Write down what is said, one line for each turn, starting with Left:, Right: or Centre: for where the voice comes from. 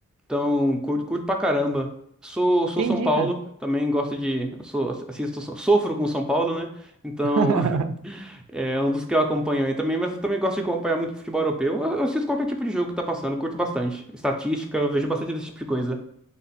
Centre: Então, curto, curto pra caramba. Sou, sou
Right: Entendi,
Centre: São Paulo,
Right: cara.
Centre: também gosto de. Sou, assisto, sofro com São Paulo, né? Então,
Right: <laughs>
Centre: <laughs> é um dos que eu acompanho aí também, mas eu também gosto de acompanhar muito futebol europeu. Eu, eu assisto qualquer tipo de jogo que tá passando, curto bastante. Estatística, eu vejo bastante desse tipo de coisa.